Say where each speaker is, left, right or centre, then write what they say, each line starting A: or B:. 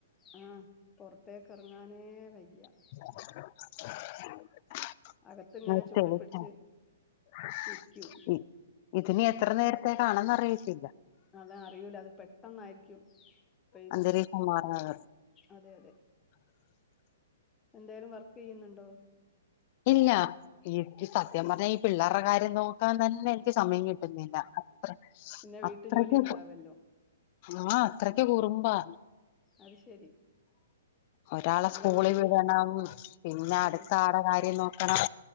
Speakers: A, on the left; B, on the left.
A: ആഹ് പൊറ്ത്തേക്കെറ്ങ്ങാനേ വയ്യ-
B: <unintelligible>
A: അകത്ത് ഇങ്ങനെ
B: <unintelligible>
A: ചൂളിപ്പിടിച്ച് ഇരിക്കും
B: ഇതിനി എത്ര നേരത്തെക്കാണെന്ന് അറിയിച്ചില്ല
A: അതാ അറിയൂല അത് പെട്ടെന്നായിരിക്കും പെയ്തൂടാ
B: അന്തലീകുമാറാകാ
A: അതെ എന്തെലും വർക്കെയ്യുന്നുണ്ടോ
B: ഇല്ല ഇൻക് സത്യം പറഞ്ഞാ ഈ പിള്ളാറ്ടെ കാര്യം നോക്കാൻ തന്നെ ക്ക് സമയം കിട്ടുന്നില്ല അത്ര
A: പിന്നെ
B: അത്രക്ക്
A: വീട്ടു ജോലി ഉണ്ടാവല്ലോ
B: ആഹ് അത്രക്ക് കുറുമ്പാ
A: അത് ശരി
B: ഒരാളെ
A: നല്ല
B: സ്കൂളിൽ
A: വികൃതി
B: വിടണം പിന്നെ അട്ത്ത
A: ആഹ്
B: ആളെ ര്യം നോക്കണം